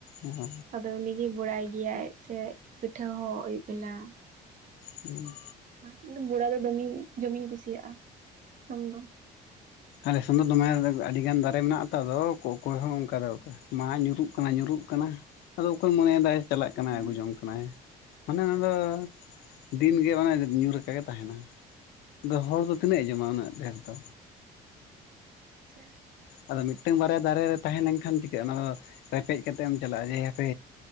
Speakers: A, on the left; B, on the right.
A: ᱚ
B: ᱟᱫᱚ ᱩᱱᱤ ᱜᱮᱭ ᱵᱟᱲᱟᱭ ᱜᱮᱭᱟᱭ ᱥᱮ ᱯᱤᱴᱷᱟᱹ ᱦᱚᱸ ᱟᱹᱭᱩᱵ ᱵᱮᱞᱟ
A: ᱦᱩᱸ
B: ᱤᱧᱫᱚ ᱵᱚᱲᱟ ᱫᱚ ᱫᱚᱢᱤᱧ ᱡᱚᱢᱤᱧ ᱠᱩᱥᱤᱭᱟᱜᱼᱟ᱾ ᱡᱚᱢ ᱫᱚ
A: ᱟᱞᱮᱥᱚᱱ ᱫᱚ ᱫᱚᱢᱮ ᱟᱹᱰᱤᱜᱟᱱ ᱫᱟᱨᱮ ᱢᱮᱱᱟᱜ ᱟᱛᱚ ᱟᱫᱚ ᱚᱠᱚᱭ ᱦᱚᱸ ᱚᱱᱠᱟ ᱫᱚ ᱚᱠᱟ᱾ ᱢᱟ ᱧᱩᱨᱩᱜ ᱠᱟᱱᱟ ᱧᱩᱨᱩᱜ ᱠᱟᱱᱟ, ᱟᱫᱚ ᱚᱠᱚᱭ ᱢᱚᱱᱮᱭ ᱮᱫᱟᱭ, ᱪᱟᱞᱟᱜ ᱠᱟᱱᱟᱭ
B: ᱟᱪᱪᱷᱟ
A: ᱟᱹᱜᱩ ᱡᱚᱝ ᱠᱟᱱᱟᱭ ᱢᱟᱱᱮ ᱚᱱᱟ ᱫᱚ ᱫᱤᱱᱜᱮ ᱚᱱᱮ ᱧᱩᱨ ᱟᱠᱟ ᱛᱟᱦᱮᱱᱟ, ᱟᱫᱚ ᱦᱚᱲ ᱫᱚ ᱛᱤᱱᱟᱹᱜ ᱮ ᱡᱚᱢᱟ ᱩᱱᱟᱹᱜ ᱰᱷᱮᱨ ᱫᱚ᱾
B: ᱟᱪᱪᱷᱟ
A: ᱟᱫᱚ ᱢᱤᱫᱴᱟᱝ ᱵᱟᱨᱭᱟ ᱫᱟᱨᱮ ᱨᱮ ᱛᱟᱦᱮᱸ ᱞᱮᱱᱠᱷᱟᱱ ᱪᱤᱠᱟᱹᱜᱼᱟ? ᱚᱱᱟ ᱨᱮᱯᱮᱡ ᱠᱟᱛᱮ ᱮᱢ ᱪᱟᱞᱟᱜᱼᱟ ᱡᱮ ᱦᱟᱯᱮ